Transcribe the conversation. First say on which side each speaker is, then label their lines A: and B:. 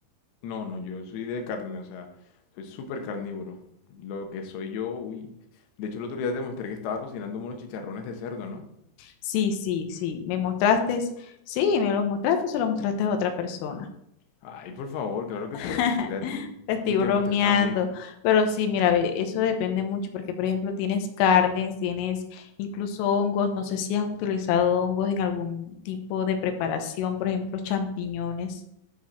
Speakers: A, on the left; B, on the left.
A: No, no, yo soy de carne, o sea, soy súper carnívoro. Lo que soy yo, uy. De hecho, el otro día te mostré que estaba cocinando unos chicharrones de cerdo, ¿no?
B: Sí, sí, sí, me mostraste, sí, me los mostraste, se los mostraste a otra persona.
A: Ay, por favor, claro que
B: <laughs>
A: te lo mostré a ti.
B: Te estoy
A: Y te
B: bromeando,
A: mostré también.
B: pero sí, mira, ve, eso depende mucho porque, por ejemplo, tienes carnes, tienes incluso hongos, no sé si has utilizado hongos en algún tipo de preparación, por ejemplo, champiñones.